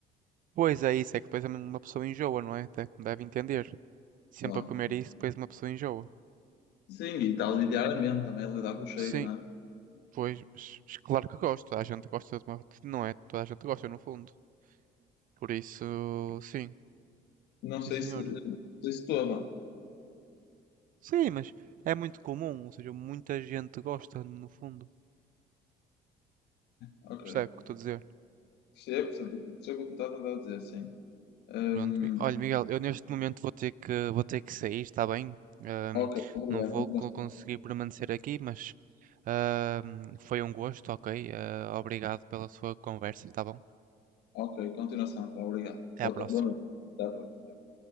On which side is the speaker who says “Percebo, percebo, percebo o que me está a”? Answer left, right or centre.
Left